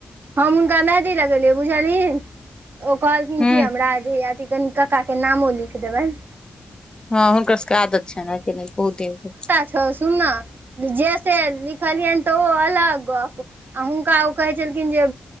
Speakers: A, on the right (about 60°); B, on the left (about 25°).
A: हम हुनका मेहंदी लगेलियै बुझलनि ओ कहलखिन
B: हूँ
A: कि हमरा जे अथि कनि काका के नामो लिख देबैन
B: हँ हुनकर सबके आदत छनि कि नहि बहुत दिन के
A: छओ सुनना जेसे लिखलियन तऽ ओ अलग गप आ हुनका ओ कहै छै लेकिन जे